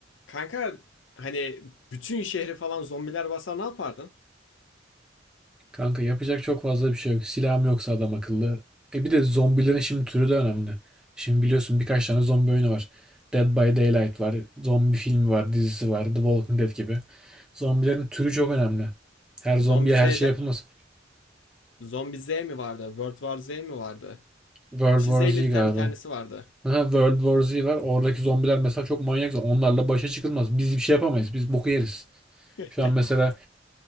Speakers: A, on the left; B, in the centre.
A: Kanka hani bütün şehri falan zombiler basa ne yapardın?
B: Kanka yapacak çok fazla bir şey yok. Silahım yoksa adam akıllı. E bir de zombilerin şimdi türü de önemli. Şimdi biliyorsun birkaç tane zombi oyunu var. Dead by Daylight var. Zombi filmi var, dizisi var. The Walking Dead gibi. Zombilerin türü çok önemli. Her
A: Zombi
B: zombiye
A: Z'de
B: her şey yapılmaz.
A: Zombi Z mi vardı? World War Z mi vardı?
B: World
A: Bir şey
B: War
A: Z ile
B: Z
A: biten
B: galiba.
A: bir tanesi vardı.
B: Aha, World War Z var. Oradaki zombiler mesela çok manyak. Onlarla başa çıkılmaz. Biz bir şey yapamayız. Biz boku yeriz.
A: <laughs>
B: Şu an mesela